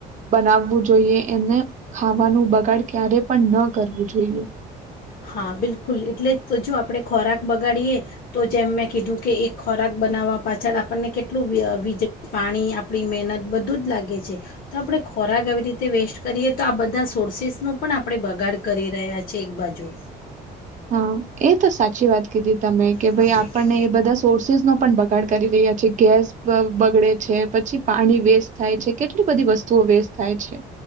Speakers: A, on the right (about 45°); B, on the left (about 55°).
A: બનાવવું જોઈએ એને ખાવાનું બગાડ ક્યારે પણ ન કરવું જોઈએ.
B: હા બિલકુલ એટલે તો જો આપણે ખોરાક બગાડીએ તો જેમ મેં કીધું કે એક ખોરાક બનાવવા પાછળ આપણને કેટલું <unintelligible> વીજળી પાણી આપણી મહેનત બધું જ લાગે છે તો આપણે ખોરાક આવી રીતે વેસ્ટ કરીએ તો આ બધા <unintelligible> પણ આપણે બગાડ કરી રહ્યા <unintelligible> એક બાજુ
A: હા એ તો સાચી વાત કીધી તમે કે
B: હા
A: ભાઈ આપણને એ બધા <unintelligible> નો પણ બગાડ કરી રહ્યા છે, ગેસ બગડે છે પછી પાણી વેસ્ટ થાય છે, કેટલી બધી વસ્તુઓ વેસ્ટ થાય છે.